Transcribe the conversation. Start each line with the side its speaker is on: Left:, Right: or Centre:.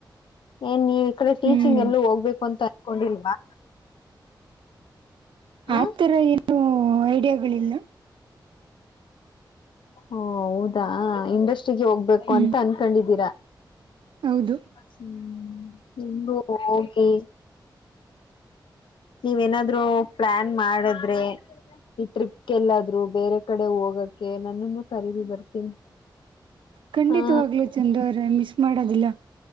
Left: ಏನ್ ನೀವ್ ಈ ಕಡೆ ಟೀಚಿಂಗ್
Right: ಹ್ಮ್
Left: ಎಲ್ಲೂ ಹೋಗ್ಬೇಕು ಅಂತ ಕೊಂಡಿಲ್ವಾ ಆ
Right: ಆತರ ಏನುೂ ಐಡಿಯಾಗಳಿಲ್ಲ
Left: ಓ ಹೌದಾ ಇಂಡಸ್ಟ್ರಿಗೆ ಹೋಗ ು
Right: ಹ್ಮ್
Left: ಅಂತ ಅನ್ಕೊಂಡಿದೀರ
Right: ಹೌದು
Left: ಹ್ಮ್ ನಿು ಹೋಗಿ ನೀವೇನಾದ್ರು ಪ್ಲಾನ್ ಮಾಡಿದ್ರೆ ಈ ಟ್ರಿಪ್ ಎಲ್ಲಾದ್ರು ಬೇರೆ ಕಡೆ ಹೋಗಕ್ಕೆ ನನ್ನನ್ನು ಕರೀದ ಬರ್ತೀನಿ
Right: ಖಂಡಿತವಾಗ್ಲ
Left: ಹಾ
Right: ಚಂದವ್ರೆ ಮಿಸ್ ಮಾಡೋದಿಲ್ಲ